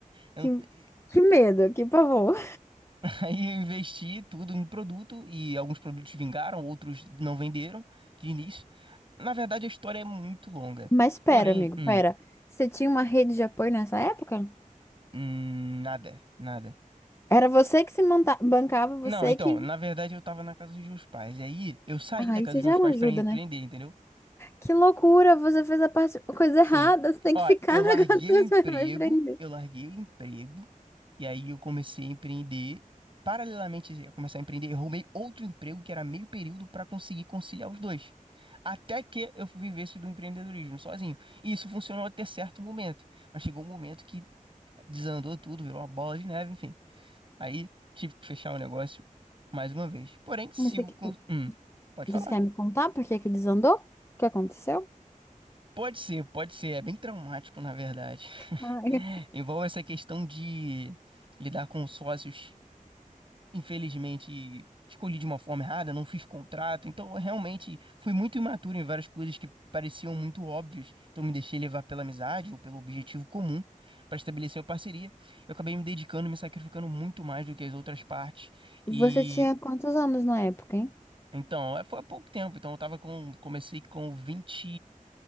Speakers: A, on the right; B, on the left.
A: Eu
B: Que,
A: não-
B: que medo,
A: <laughs>
B: que pavor.
A: Aí eu investi tudo em produto e alguns produtos vingaram, outros não venderam de início. Na verdade, a história é muito longa.
B: Mas pera,
A: Porém,
B: amigo,
A: hum,
B: pera. Você tinha uma rede de apoio nessa época?
A: hum, nada, nada.
B: Era você que se monta bancava, você
A: Não, então,
B: que.
A: na verdade eu tava na casa dos meus pais. E aí eu saí
B: Ah,
A: da casa
B: isso
A: dos
B: já
A: meus
B: é uma
A: pais
B: ajuda,
A: pra empreender,
B: né?
A: entendeu?
B: Que loucura, você fez a parte, a coisa
A: Sim.
B: errada, você tem
A: Ó,
B: que ficar
A: eu larguei
B: <laughs> na gatinha,
A: o emprego,
B: vai prender.
A: eu larguei o emprego, e aí eu comecei a empreender. Paralelamente a começar a empreender, eu arrumei outro emprego que era meio período para conseguir conciliar os dois. Até que eu vivesse do empreendedorismo sozinho. E isso funcionou até certo momento. Mas chegou um momento que desandou tudo, virou uma bola de neve, enfim. Aí tive que fechar o negócio mais uma vez. Porém, sigo
B: Mas você, que-
A: com. Hum, pode
B: você
A: falar.
B: quer me contar por que que desandou? O que aconteceu?
A: Pode ser, pode ser. É bem traumático, na verdade. <laughs>
B: Ah, é.
A: Envolve essa questão de lidar com os sócios. Infelizmente, escolhi de uma forma errada, não fiz contrato. Então, eu realmente fui muito imaturo em várias coisas que pareciam muito óbvias. Então, me deixei levar pela amizade ou pelo objetivo comum para estabelecer uma parceria. Eu acabei me dedicando, me sacrificando muito mais do que as outras partes. E.
B: Você tinha quantos anos na época, hein?
A: Então, é- foi há pouco tempo. Então, eu tava com. Comecei com vinte,